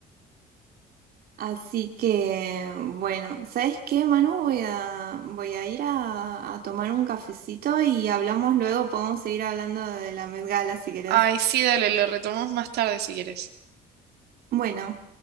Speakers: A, on the right; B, on the right.
A: Así que, bueno, ¿sabes qué, Manu? Voy a, voy a ir a, a tomar un cafecito y hablamos luego, podemos seguir hablando de la Met Gala si querés.
B: Ay, sí, dale, lo retomamos más tarde si quieres.
A: Bueno.